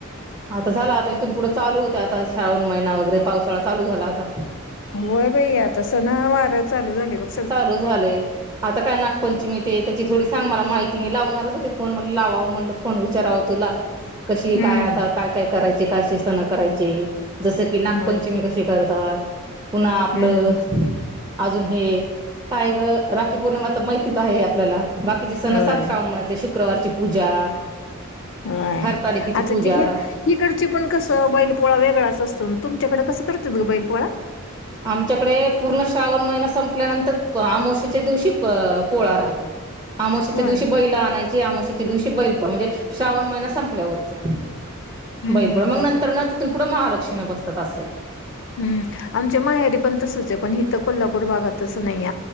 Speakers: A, on the right; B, on the left.
A: आता झाला आता इथून पुढं चालू होतय आता श्रावण महिना वगैरे पावसाळा चालू झाला आता.
B: होय बाई आता सणा वार चालू झाली बघ‌.
A: चालू झालंय आता काय नागपंचमी ते त्याची थोडी सांग मला माहिती मी लावणारच होते फोन म लावावं म्हणलं फोन विचारावं तुला. कशी
B: हम्म
A: काय आता काय काय करायचे कसेे सणं करायचे जसं की नागपंचमी
B: होय की
A: कशी करतात पुन्हा आपलं
B: हम्म
A: अजून हे काय ग राखी पौर्णिमा तर माहितीच आहे आपल्याला. बाकीचे सण
B: होय
A: सांग श्रावण मदले शुक्रवारची पूजा
B: होय
A: हरतालिकेची
B: आता
A: पूजा.
B: ते हे इकडची पण कसं बैल पोळा वेगळाच असतो तुमच्याकडं कसं करतील ग बैल पोळा.
A: आमच्याकडे पूर्ण श्रावण महिना संपल्यानंतर आमोशच्या दिवशी पोळा राहतो. आमोशच्या
B: होय
A: दिवशी बैला आणायची आमोशाच्या दिवशी बैल म्हणजे श्रावण महिन संपल्यावरत
B: हम्म
A: बैल
B: हम्म
A: मग
B: हम्म
A: ना तिथून पुढं महालक्ष्मी बसतात असयं.
B: हम् आमच्या माहेरी पण तसंच आहे पण हिथ कोल्हापूर भागात तस नाही